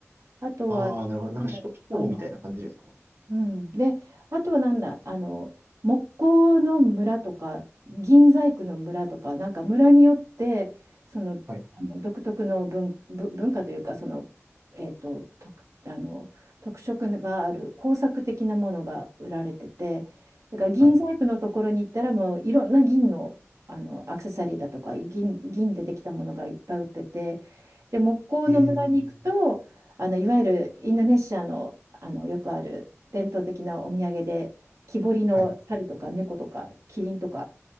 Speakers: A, on the right (about 80°); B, on the right (about 50°).
A: あとは、
B: ああ、なるほど。なんかショ、
A: なんだろう、
B: ショーみたいな感じですか。
A: あの、うん、で、あとはなんだ、あの、木工の村とか、銀細工の村とか、なんか村によって、その、
B: はい、
A: あの独特の文、ぶ文化というか、その、えっと、特、あの、特色がある工作的なものが売られてて、だから銀細工のところに行ったら、
B: はい。
A: もういろんな銀の、あの、アクセサリーだとか、銀、銀でできたものがいっぱい売ってて、で、木工の村に行くと、
B: ええ、
A: あのいわゆるインドネシアの、あのよくある伝統的なお土産で木彫りの猿とか猫とかキリンとか
B: はい。う